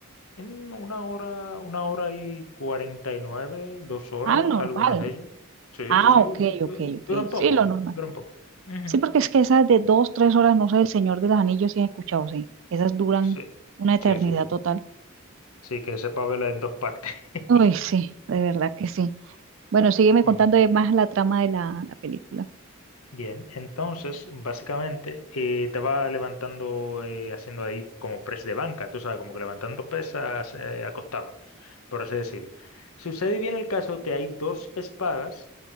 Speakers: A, on the left (about 80°); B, on the right (about 60°).
A: En una hora, una hora y cuarenta y nueve, dos horas,
B: Ah, normal.
A: algunas de ellas. Sí,
B: Ah,
A: sí,
B: ok,
A: du-
B: ok, ok.
A: duran
B: Sí,
A: poco,
B: lo normal.
A: duran poco. Ujú.
B: Sí, porque es que esas de dos, tres horas, no sé, El Señor de los Anillos sí he escuchado, sí. Esas duran
A: Sí,
B: una eternidad
A: sí, sí, sí.
B: total.
A: Sí, que sepa verla en dos partes. <laughs>
B: Uy, sí, de verdad que sí. Bueno, sígueme contando
A: Ujú.
B: de más la trama de la, la película.
A: Bien, entonces básicamente eh, te va levantando eh, haciendo ahí como press de banca, tú sabes, como que levantando pesas eh, acostado, por así decirlo. Sucede bien el caso que hay dos espadas